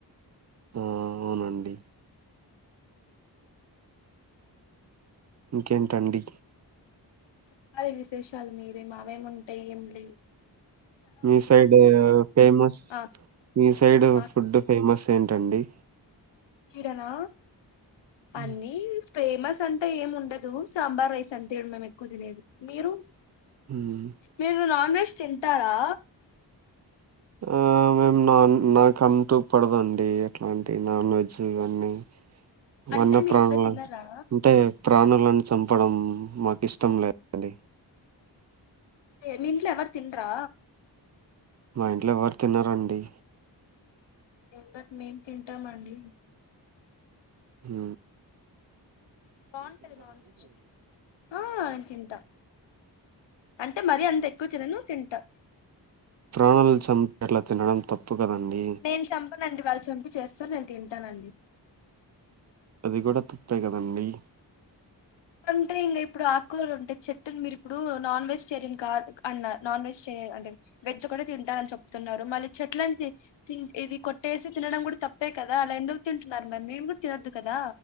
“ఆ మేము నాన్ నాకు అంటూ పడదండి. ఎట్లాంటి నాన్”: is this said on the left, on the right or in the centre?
Right